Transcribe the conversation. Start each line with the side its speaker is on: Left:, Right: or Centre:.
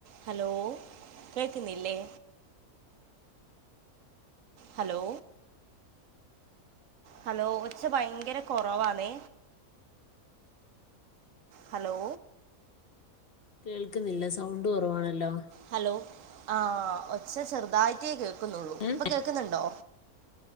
Right: Hello കേക്കുന്നില്ലേ hello hello ഒച്ച ഭയങ്കര കൊറവാന്നേ ഹലോ
Left: കേൾക്കുന്നില്ല സൗണ്ട് കൊറവാണല്ലോ
Right: ഹലോ ആ ഒച്ച ചെറുതായിട്ടേ കേക്കുന്നുള്ളൂ.
Left: ഏ
Right: ഇപ്പൊ കേക്കുന്നുണ്ടോ?